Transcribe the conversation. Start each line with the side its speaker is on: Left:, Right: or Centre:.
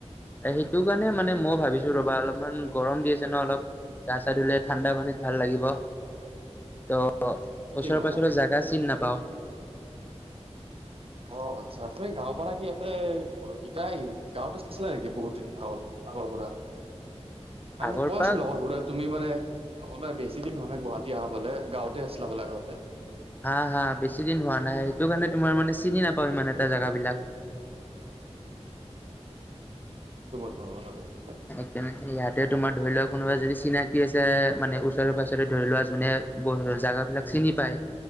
Left: সেইটো কাৰণে মানে মই ভাবিছো ৰবা অলপ। ইমান গৰম দি আছে ন অলপ গা চা ধুলে ঠাণ্ডা পানীত ভাল লাগিব ত'
Right: উম ঠিকে
Left: ওচৰে
Right: গ'লা
Left: পাচৰে জাগা চিন নাপাওঁ।
Right: অ <unintelligible> অ', আচ্ছা তুমি গাঁওৰ পৰাৰ কি ইহঁতে ইতিয়া গাঁওত আছিলা নেকি বহুত দিন আগত আগৰ পৰা নাই
Left: আগৰ
Right: মোক কৈ
Left: পৰা
Right: আছো লগৰবোৰে তুমি মানে সময় বেছি দিন হোৱা নাই গুৱাহাটী অহা বলে গাঁওতে আছিল বলে আগতে।
Left: হা, হা বেছি দিন হোৱা নাই সেইটো কাৰণে তোমাৰ মানে চিনি নাপাওঁ মানে এটা জেগাবলাক
Right: ব আৰু
Left: এক ইয়াতে তোমাৰ ধৰি লোৱা কোনোবা যদি চিনাকি আছে মানে ওচৰৰ পাচ ততে ধৰি লোৱা যোনে ব জাগাবিলাক চিনি পায়